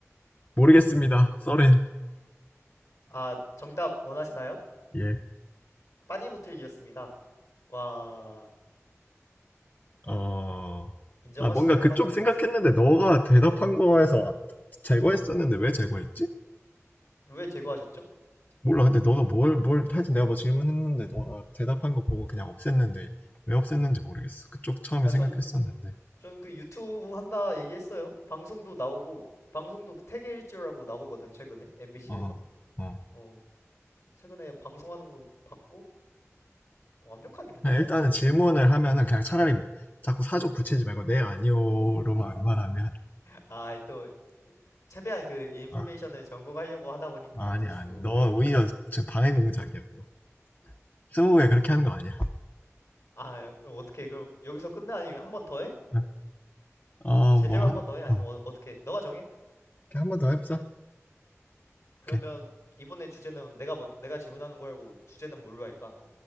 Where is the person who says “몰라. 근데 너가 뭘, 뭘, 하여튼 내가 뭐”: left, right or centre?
Left